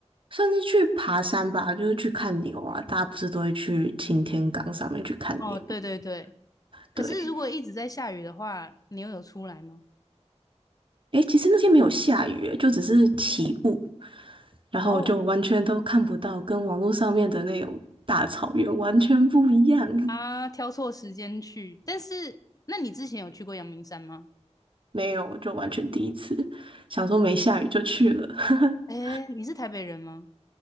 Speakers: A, on the right; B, on the left.
A: 算是去爬山吧，就是去看牛啊。大家不是都会去擎天岗上面去看牛
B: 哦，对对对。可是如果一直在下雨的话，
A: 对，
B: 你又有出来吗？
A: 诶，其实那天没有下雨欸，就只是起雾，然后就完全都看不到，
B: 哦，
A: 跟网络上面的那种大草原完全不一样。<laughs>
B: 啊，挑错时间去。但是，那你之前有去过阳明山吗？
A: 没有，就完全第一次，想说没下雨就去了。<laughs>
B: 哎，你是台北人吗？